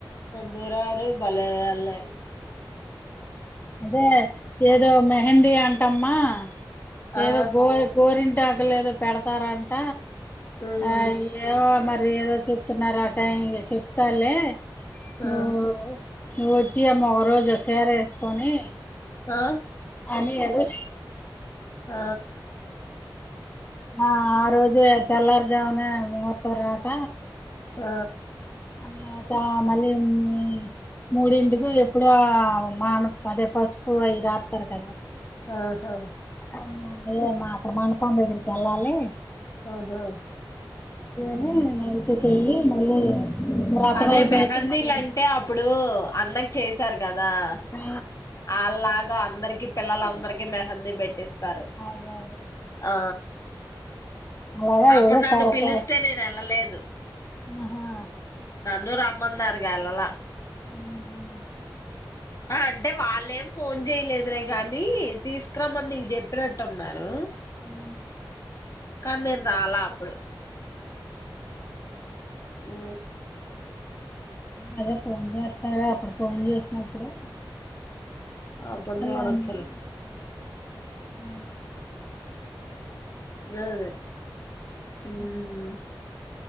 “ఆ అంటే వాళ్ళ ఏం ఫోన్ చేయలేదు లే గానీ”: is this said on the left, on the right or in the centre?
Left